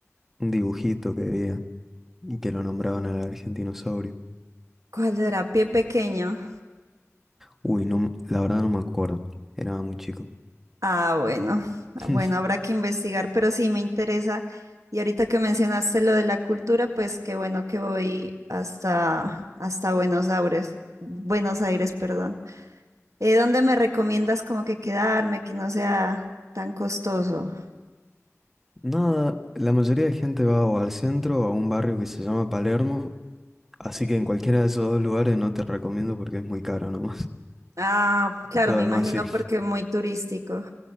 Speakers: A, in the centre; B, on the right.
A: un dibujito que veía y que lo nombraban al argentinosaurio.
B: ¿Cuál era? Pie pequeño.
A: Uy, no, m- la verdad no me acuerdo. Era muy chico.
B: Ah, bueno.
A: <laughs>
B: Ah, Bueno, habrá que investigar, pero sí me interesa. Y ahorita que mencionaste lo de la cultura, pues qué bueno que voy hasta, hasta Buenos Aires. Buenos Aires, perdón. Eh, ¿dónde me recomiendas como que quedarme, que no sea tan costoso?
A: Nada, la mayoría de gente va o al centro o a un barrio que se llama Palermo Así que en cualquiera de esos dos lugares no te recomiendo porque es muy caro nomás.
B: Ah,
A: <laughs>
B: claro,
A: Lo
B: me
A: demás
B: imagino
A: sí,
B: porque es muy turístico.